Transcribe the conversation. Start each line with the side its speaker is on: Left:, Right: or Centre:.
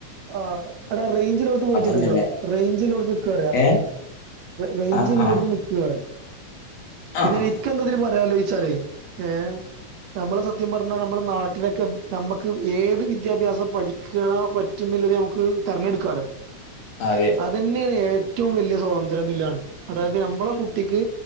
Right: ആഹ് എടാ റേഞ്ചുല്ലോട് ത്ത് പോയിട്ട്
Left: എന്നുള്ള
Right: നിക്ക്ട്ടോ റേഞ്ചിലോടുത്ത് നിക്കറിയ
Left: ഏ
Right: റെയിഞ്ചു
Left: ആ
Right: ല്ലോടുത്ത്
Left: ആ
Right: നിക്ക്
Left: ആ
Right: പിന്നെ
Left: ആ
Right: ഈ നിക്ക് എന്താ ഇതിൽ പറയാനൊള്ളു വെച്ചാൽ ഏഹ് ക്ക് നമ്മളെ സത്യം പറഞ്ഞാ നമ്മടെ നാട്ടിലൊക്കെ നമ്മക്ക് ഏത് വിദ്യാഭ്യാസം പഠിക്കണോ പറ്റ് റ്റത് നമക്ക് തെരഞ്ഞെടുക്കാലോ
Left: അതെ
Right: അതന്നെയാണ് ഏറ്റവും വലിയ സ്വാതന്ത്ര്യ നില്ലാണ് അതായത് നമ്മളെ കുട്ടിക്ക്,